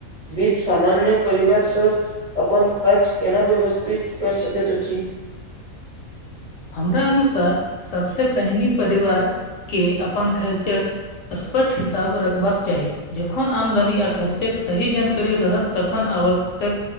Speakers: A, on the right; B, on the left.
A: बीच सामान्य परिवार सभ अपन खर्च केना व्यवस्थित कर सकैत अछि
B: हमरा अनुसार सबसे पहिने परिवार के अपन खर्चक स्पष्ट हिसाब रख बाक चाही जखन आमदनी आ खर्चक सही जानकारी रहत तखन आवक